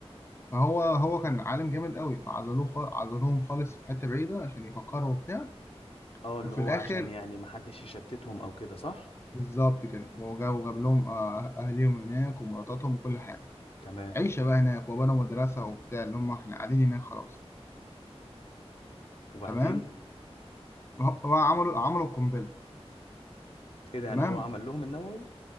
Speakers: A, on the left; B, on the left.
A: فهو هو كان عالم جامد قوي فعزلوه خ- عزلوهم خالص في حته بعيده عشان يفكروا وبتاع
B: اه
A: وفي
B: اللي هو
A: الاخر
B: عشان يعني محدش يشتتهم او كده صح
A: بالظبط كده وجاب وجاب لهم آه، أه-، اهليهم هناك ومراتاتهم وكل حاجه
B: تمام
A: عيشه بقى هناك وبنوا مدرسه وبتاع اللي هم احنا قاعدين هناك خلاص
B: وبعدين
A: تمام هم هم عملوا عملوا القنبله
B: ايه ده يعني
A: تمام
B: هو عمل لهم النووي